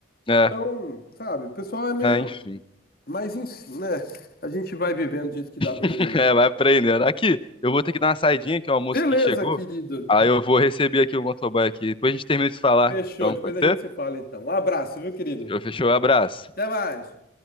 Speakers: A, on the left; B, on the left.
A: É,
B: Então, sabe, o pessoal é meio
A: é, enfim.
B: Mas enfim, né? A gente vai vivendo do jeito que dá pra
A: <laughs>
B: viver aqui.
A: É, vai aprendendo. Aqui, eu vou ter que dar uma saidinha, que é o almoço
B: Beleza,
A: aqui chegou.
B: querido.
A: Aí
B: De-
A: eu vou receber aqui o motoboy aqui. Depois a gente termina de falar.
B: Fechou.
A: Então,
B: Depois
A: pode
B: a
A: ser?
B: gente se fala, então. Um abraço, viu, querido?
A: Fechou, fechou, abraço.
B: Até mais.